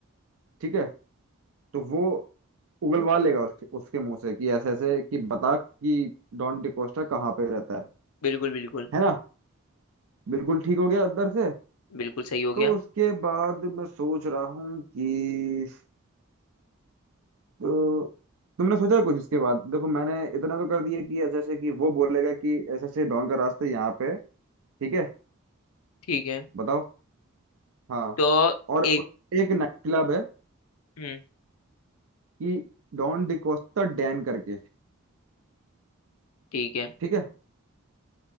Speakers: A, on the right; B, on the left.
A: ठीक है तो वो उगलवा लेगा उसके उसके मुंह से कि ऐसे ऐसे कि बता कि डॉन डिकोस्टा कहाँ पे रहता है
B: बिल्कुल बिल्कुल
A: है ना बिल्कुल ठीक हो गया उधर से
B: बिल्कुल सही हो गया
A: तो उसके बाद मैं सोच रहा हूँ कि तो तुमने सोचा है कुछ इसके बाद देखो मैंने इतना तो कर दिया कि जैसे कि वो बोलेगा कि ऐसे ऐसे डॉन का रास्ता यहाँ पे है, ठीक है
B: ठीक है
A: बताओ हाँ
B: तो
A: और
B: एक
A: उस- एक नाइट क्लब है
B: हम्म
A: कि डॉन डिकोस्टा डैन करके
B: ठीक है
A: ठीक है